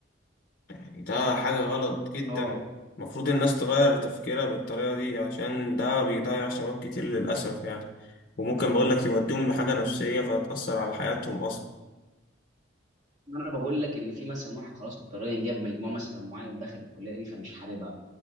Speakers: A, on the left (about 45°); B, on the right (about 40°).
A: يعني ده حاجة غلط جدا
B: اه
A: المفروض الناس تغير تفكيرها بالطريقة دي عشان ده بيضيع شباب كتير للأسف يعني وممكن بقولك يوديهم لحاجة نفسية فهتأثر على حياتهم أصلا
B: انا بقول لك ان في مثلا واحد خلاص اضطريا جاب مجموع مثلا معين ودخل الكليه دي فمش حاببها